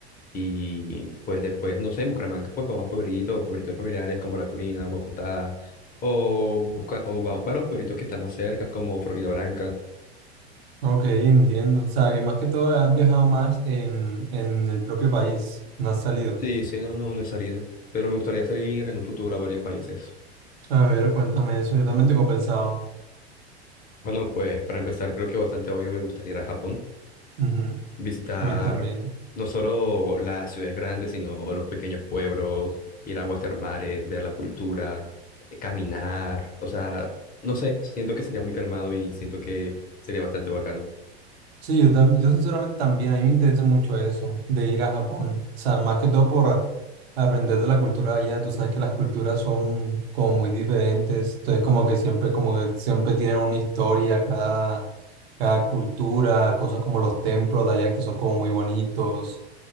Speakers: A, on the left (about 25°); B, on the right (about 65°).
A: Y pues después, no sé, en Bucaramanga, pues vamos a pueblitos, pueblitos familiares como La Corina, Guaputá, o, busca, o vamos para los pueblitos que están más cerca, como Florida Branca.
B: Ok, entiendo. O sea, que más que todo has viajado más en, en el propio país, no has salido.
A: Sí, sí, no, no, no he salido, pero me gustaría salir en un futuro a varios países.
B: A ver, cuéntame eso, yo también tengo pensado.
A: Bueno, pues para empezar, creo que bastante obvio me gustaría ir a Japón.
B: Ujú,
A: visitar
B: A mí también.
A: no solo las ciudades grandes, sino los pequeños pueblos, ir a aguas termales, ver la cultura, eh, caminar, o sea, no sé, siento que sería muy calmado y siento que sería bastante bacano.
B: Sí, yo, tam- yo sinceramente también, a mí me interesa mucho eso, de ir a Japón. O sea, más que todo por a- aprender de la cultura de allá. Tú sabes que las culturas son como muy diferentes. Entonces, como que siempre, como que siempre tienen una historia, cada, cada cultura, cosas como los templos de allá que son como muy bonitos,